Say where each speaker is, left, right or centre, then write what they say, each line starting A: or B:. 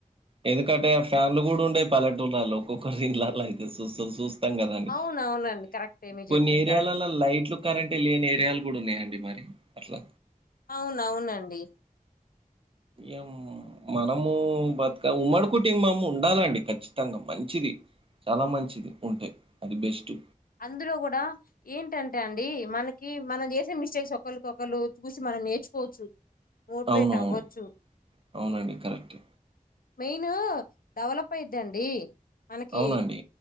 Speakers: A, on the right; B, on the left.
A: ఎందుకంటే ఆ ఫ్యాన్లు కూడా ఉండేయి పల్లెటూళ్లలో కుక్కర్ ఇళ్ల అయితే చూస్తు చూస్త కదండి
B: అవున అవునండి కరెక్టే మీరు
A: కొన్ని
B: చెప్పింది
A: ఏరియాలల్లో
B: కరెక్టే
A: లైట్లు కరెంటు లేని ఏరియల్ కూడా ఉన్నాయా అండి మరి అట్లా
B: అవున అవునండి
A: ఏం మనము బతుక ఉమ్మడి కుటింభం ఉండాలండి ఖచ్చితంగా మంచిది చాలా మంచిది ఉంటే అది బెస్ట్
B: అందులో కూడా ఏంటంటే అండి మనకి మనం చేసే మిస్టేక్స్ ఒకలికి ఒకళ్రు చూసి మన నేర్చుకోవచ్చు మోటివేట్
A: అవునవును
B: అవచ్చు
A: అవునండి కరెక్ట్
B: మెయిన్ డెవలప్ అయిద్ది అండి మనకి
A: అవునండి